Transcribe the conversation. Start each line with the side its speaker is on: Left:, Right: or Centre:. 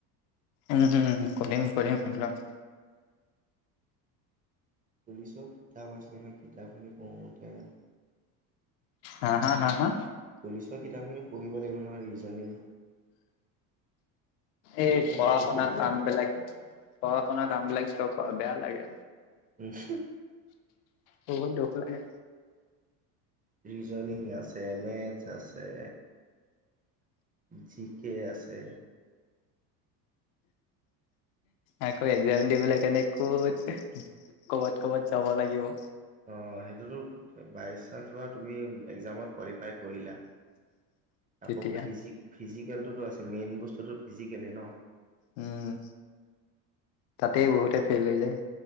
Left: উম! উম! কৰিম কৰিম এইবিলাক।
Right: পুলিচও কিতাপ আছে নহয় কিতাপখিনি পঢ়োতে ।
Left: হ হা হা হা
Right: পুলিচৰ কিতাপখিনিও পঢ়িব লাগিব নহয় ৰিজনিং।
Left: এই
Right: ৰিজনিং
Left: পঢ়া- শুনা
Right: আছে
Left: কাম
Right: মেথছ
Left: বিলাক
Right: আছে
Left: পঢ়া -শুনা কাম বিলাক কিয় কৰা বেয়া লাগে।
Right: উম!
Left: বহুত দুখ লাগে।
Right: ৰিজনিং আছে মেথছ আছে। জি কে আছে।
Left: আকৌ এক্সাম দিবলৈ কাৰণে ক'ত ক'বাত, ক'বাত, যাব লাগিব।
Right: অঁ সেইটোতো বাই চান্স বা তুমি এক্সামত কোৱালিফাই কৰিলা।
Left: <inaudible> তেতিয়া
Right: আকৌ ফিজি - ফিজিকেলটোতো আছে মেইন বস্তুতটো ফিজিকেলে ন?
Left: উম তাতেই বহুতে ফেইল হৈ যায়।